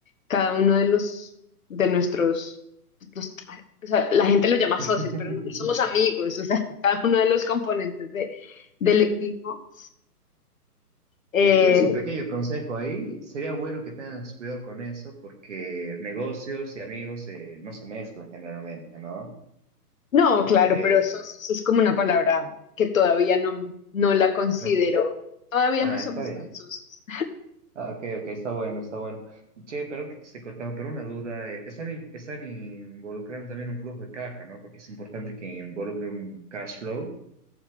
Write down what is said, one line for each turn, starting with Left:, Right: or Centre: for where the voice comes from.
Left: cada uno de los, de nuestros, los- o sea, la gente lo llama
Right: <laughs>
Left: socios, pero nosotros somos amigos, o sea, <laughs> cada uno de los componentes de, del equipo eh,
Right: Y ¿Quieres un pequeño consejo ahí? Sería bueno que tengas cuidado con eso porque negocios y amigos eh, no se mezclan generalmente, ¿no?
Left: No, claro,
Right: Eh,
Left: pero eso, eso es como una palabra que todavía no, no la considero.
Right: no-
Left: Todavía
Right: Ah,
Left: no somos
Right: está bien.
Left: tan socios.
Right: Ah, ok, ok, está bueno, está bueno. Che, perdón que te esté cortando, pero una duda. eh, están, in- están involucrando también un flujo de caja, ¿no? Porque es importante que involucre un cash flow,